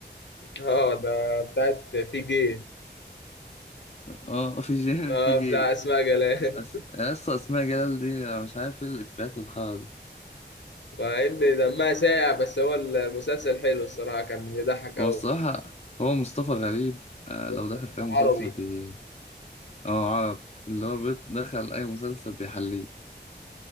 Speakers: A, on the left; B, on the left.
A: آه ده بتاعت في جي
B: اه في جي
A: آه
B: <laughs> في جي
A: بتاع أسماء جلال
B: أس... يا اسطى اسماء جلال دي أنا مش عارف ايه الافيهات الخرا دي
A: <laughs> مع إن دمها ساقع بس هو المسلسل حلو الصراحة كان بيضحك أوي
B: هو الصراحه هو مصطفى غريب آه،
A: مصطفى
B: لو دخل في اي مسلسل
A: عربي
B: بي اه عربي اللي هو بيت دخل اي مسلسل بيحليه